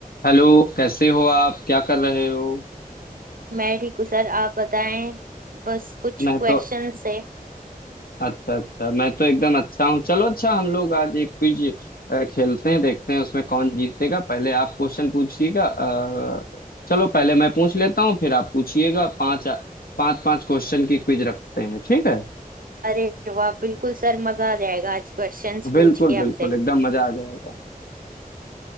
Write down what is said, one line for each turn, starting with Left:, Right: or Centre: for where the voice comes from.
Left: Hello कैसे हो आप क्या कर रहे हो
Right: मैं ठीक हूँ सर आप बताएं बस कुछ
Left: मैं
Right: क्वेश्चन
Left: तो
Right: है
Left: अच्छा अच्छा मैं तो एकदम अच्छा हूँ चलो अच्छा हम लोग आज एक क्विज खेलते हैं देखते हैं उसमें कौन जीतेगा पहले आप क्वेश्चन पूछिएगा अ, चलो पहले मैं पूछ लेता हूँ फिर आप पूछिएगा पांच पांच पांच क्वेश्चन की क्विज रखते हैं ठीक है
Right: अरे वाह बिल्कुल सर मजा आ जाएगा आज क्वेश्चंस
Left: बिल्कुल
Right: पूछ के
Left: बिल्कुल
Right: आपसे
Left: एकदम मजा आ जाएगा